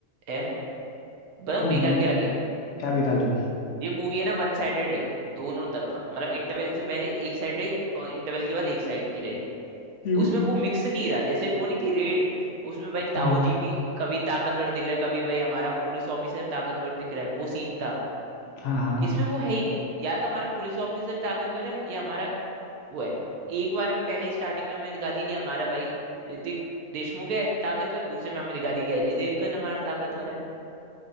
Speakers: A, on the right; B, on the left.
A: है बताऊँ
B: हम्म
A: बेकार क्या लगी
B: क्या बेकार लगी
A: ये मूवी है ना वन साइडेड रही दोनों तरफा मतलब इंटरवल से पहले एक साइड रही और इंटरवल के बाद एक साइड की रही
B: यू
A: उसमें वो मिक्स नहीं रहा जैसे वो नहीं थी रेड उसमें भाई
B: हाँ
A: ताऊ जी भी कभी ताकतवर दिख रहा है कभी भाई हमारा पुलिस ऑफिसर ताकतवर दिख रहा है वो सीन था
B: हाँ हाँ
A: इसमें वो है ही नहीं या तो हमारा पुलिस ऑफिसर ताकतवर है या हमारा वो है एक बार में पहले स्टार्टिंग में हमें दिखा दिया कि हमारा भाई ऋतिक देशमुख है ताकतवर दूसरे में हमें दिखा दिया कि अजय देवगन हमारा ताकतवर है